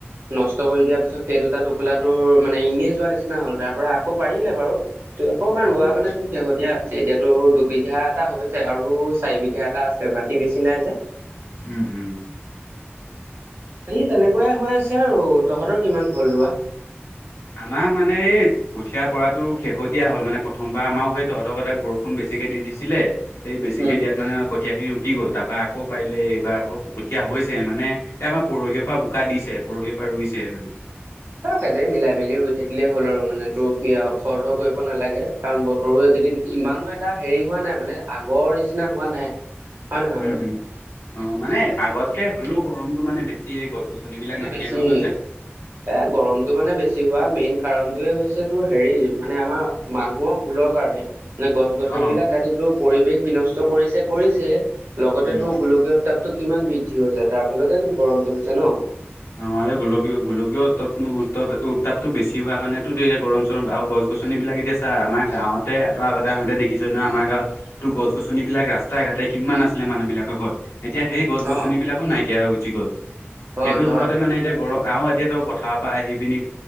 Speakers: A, on the right (about 70°); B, on the left (about 80°).
A: নষ্ট কৰি দিয়াৰ পিছত সেই দুটা টোপোলা টোৰ মানে এনেই যোৱা নিচিনা হ'ল তাৰ পৰা আকৌ পাৰিলে বাৰু। তোৰ অকমান
B: অ
A: ৰোৱা
B: অ
A: মানে তোৰ শেহতীয়া হৈছে। এতিয়াতো দুবিঘা এটা হৈছে আৰু চাৰি বিঘা এটা আছে মাটি বেছি নাই যে
B: উম, উম।
A: সেই তেনেকুৱাই হৈ আছে আৰু তহঁতৰ কিমান হ'ল ৰোৱা?
B: আমাৰ মানে এই কঠীয়া পৰাটো শেহতীয়া হ'ল মানে প্ৰথমবাৰ আমাও সেই তহঁতৰ কতে বৰষুণ বেছিকে দি দিছিলে। সেই বেছিকে
A: উম
B: দিয়াত মানে কঠীয়া খিনি দি গ'ল তাৰ পৰা আকৌ পাৰিলে। এইবাৰ আকৌ কঠীয়া হৈছে মানে এই আমাৰ পৰহি পৰা বোকা দিছে। পৰহি পৰা ৰুইছে উম।
A: এই খেদাই মিলাই মেলি ৰুই থাকিলেই হ'ল আৰু মানে তোৰ কি
B: উম
A: খৰ ধৰ কৰিব নালাগে। কাৰণ বতৰো এইকেইদিন
B: উম
A: ইমানো এটা হেৰি হোৱা নাই মানে আগৰ নিচিনা হোৱা নাই। হয় নহয়
B: উম,
A: বাৰু
B: উম, অ' মানে আগতকে হ'লেও গৰমতটো মানে বেছি। এই গছ গছনি বিলাক নাইকিয়া
A: বেছি
B: হৈ গ'ল যে।
A: এই গৰমতটো মানে বেছি হোৱা মেইন কাৰণটোয়ে হৈছে তোৰ হেৰি মানে আমাৰ মানুহৰ ভূলৰ কাৰণে। এনে গছ গছনিবিলাক
B: অ
A: কাটিটো পৰিৱেশ বিনষ্ট কৰিছে কৰিছে। লগতে
B: উম
A: তোৰ গোলকীয় তাপটো কিমান বৃদ্ধি হৈছে? তাৰ ফলতে তোৰ গৰমটো হৈছে ন।
B: অ' এই গোলকীয় গোলকীয় উত্তাপ উত উত্তাপটো বেছি হোৱা কাৰণেত এতিয়া গৰম চৰম আৰু গছ গছ গছনি বিলাক এতিয়া চা আমাৰ গাঁৱতে এটা আগতে আহোঁতে দেখিছই ন আমাৰ গাঁৱত তোৰ গছ গছনি বিলাক ৰাস্ত ৰাস্তাই ঘাটে কিমান আছিলে মানুহবিলাকৰ ঘৰত। এতিয়া সেই গছ গছনি
A: অ
B: বিলাকো নাইকিয়া হৈ গুছি গ'ল।
A: হয়
B: এইটো
A: হয়।
B: যহৰতে মানে এতিয়া গৰম আহ এতিয়া তই পথাৰৰ পৰা আহি পিনি